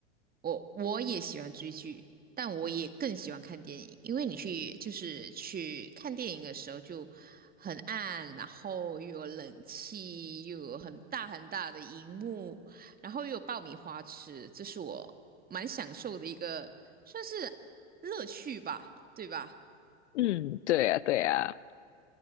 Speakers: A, on the right (about 25°); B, on the left (about 70°).
A: 我我也喜欢追剧，但我也更喜欢看电影，因为你去就是去看电影的时候就很暗，然后又有冷气，又有很大很大的荧幕，然后又有爆米花吃，这是我蛮享受的一个算是乐趣吧，对吧？
B: 嗯，对呀，对呀。